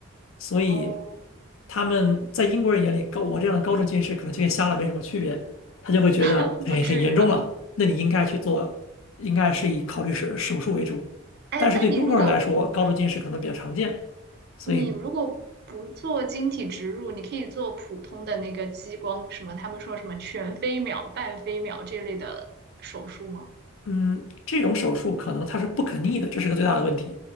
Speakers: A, on the left; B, on the right.
A: 所以
B: 哦，
A: 他们在英国人眼里，高我这样的高度近视可能就跟瞎了没什么区别，他就会觉得哎很严重了，
B: <laughs> 不至于吧？
A: 那你应该去做，应该是以考虑手手术为主。
B: 哎，
A: 但是对中国人来说，
B: 那你如果
A: 高度近视可能比较常见，所以
B: 你如果不做晶体植入，你可以做普通的那个激光，什么他们说什么全飞秒、半飞秒这类的手术吗？
A: 嗯，这种手术可能它是不可逆的，这是个最大的问题，